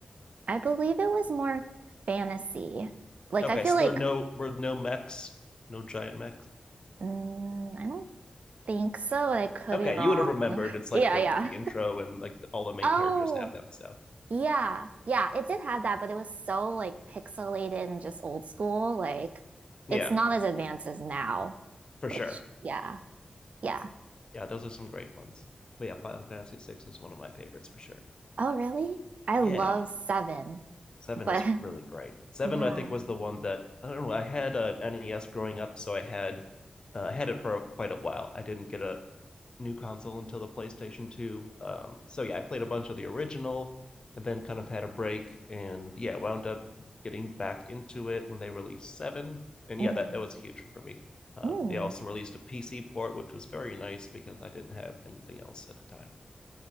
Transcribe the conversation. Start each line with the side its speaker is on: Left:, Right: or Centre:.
Right: I believe it was more fantasy. Like,
Left: Okay,
Right: I feel
Left: so
Right: like,
Left: there are no were no mechs, no giant mechs.
Right: mm, I don't think so. I could
Left: Okay,
Right: be wrong.
Left: you would have remembered.
Right: <laughs>
Left: It's like
Right: Yeah,
Left: the
Right: yeah.
Left: the intro and like the, all the main
Right: Oh,
Left: characters have them. So
Right: yeah. Yeah, it did have that, but it was so like pixelated and just old school. Like,
Left: yeah,
Right: it's not as advanced as now,
Left: for
Right: which,
Left: sure.
Right: yeah, yeah.
Left: Yeah, those are some great ones. But yeah, Final Fantasy VI is one of my favorites for sure.
Right: Oh, really? I
Left: Yeah,
Right: love Seven,
Left: seven
Right: but
Left: is really
Right: <laughs>
Left: great. Seven,
Right: yeah.
Left: I think, was the one that I don't know. I had an NES growing up, so I had uh, I had it for quite a while. I didn't get a new console until the PlayStation 2. Um, so yeah, I played a bunch of the original and then kind of had a break and yeah, wound up getting back into it when they released 7. And
Right: Mm,
Left: yeah, that, that was huge for me. Um,
Right: mm.
Left: they also released a PC port, which was very nice because I didn't have anything else at the time.